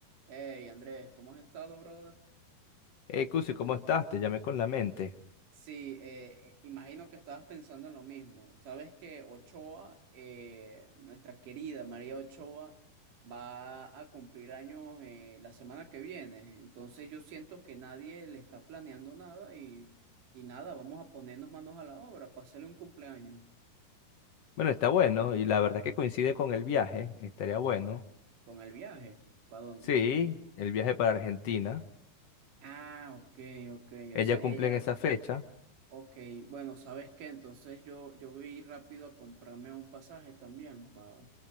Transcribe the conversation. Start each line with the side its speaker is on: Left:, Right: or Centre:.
Right: Hey Andrés, ¿cómo has estado, brother?
Left: Hey, Cusi, ¿cómo estás? Te llamé con la mente.
Right: Sí, eh, imagino que estabas pensando en lo mismo. Sabes que Ochoa, eh, nuestra querida María Ochoa, va a cumplir años eh, la semana que viene. Entonces yo siento que nadie le está planeando nada y, y nada, vamos a ponernos manos a la obra para hacerle un cumpleaños
Left: Bueno, está bueno, y la verdad es que coincide con el viaje, estaría bueno.
Right: con el viaje. ¿Para dónde?
Left: Sí, el viaje para Argentina.
Right: Ah, ok, ok.
Left: Ella
Right: O sea,
Left: cumple
Right: ella,
Left: en esa fecha.
Right: Ok, bueno, ¿sabes qué? Entonces yo, yo voy a ir rápido a comprarme un pasaje también para